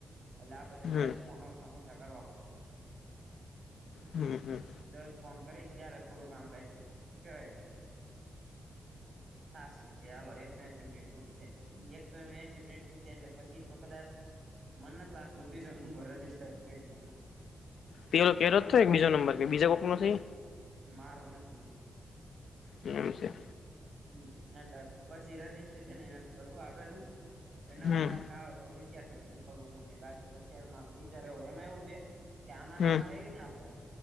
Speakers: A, on the right; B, on the left.
A: એટલે આ પછી
B: હમ
A: દસ ફોન ઓસામોસા કરવા પડશે.
B: હમ હમ
A: દસ ફોન કરીશ ત્યારે થોડું કામ કાય શું કેવાય. થશે કે આાલો એકસો એશી મિનિટ પૂરી જાય એકસો એશી મિનિટ પૂરી જાય એટલે પછી તો કદાચ મન નથી લાગતું બીજો નંબર રજીસ્ટર કરીશ આમાં
B: પેલો કેયરો થય બીજો નંબર કે બીજા કોક નો છે ઇ.
A: મારો નથી.
B: એમ છે.
A: હમ એટલે પસી રજીસ્ટ્રેશન એ નથ કરવું આગળનું. નવો
B: હમ
A: ટાસ્ક આવે તો વિચારશુ શું કરું શું નહી બાકી અત્યારમાં વિચાર હોય એમાં એવું છે. કે આમાં ન
B: હમ
A: આમાં રવી ને આપડે